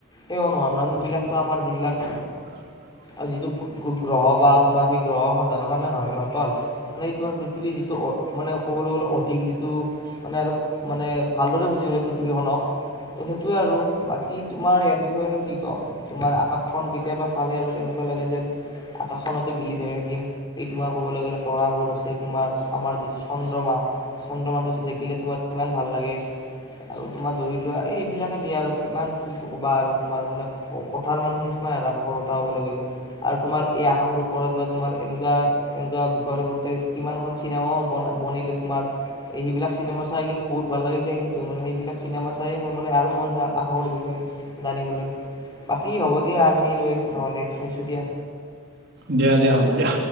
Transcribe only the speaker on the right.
<inaudible>
দিয়া দিয়া হ'ব দিয়া।